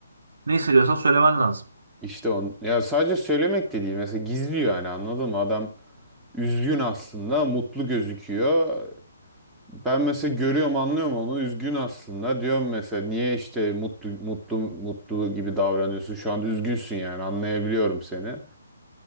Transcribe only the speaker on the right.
Ne hissediyorsan söylemen lazım.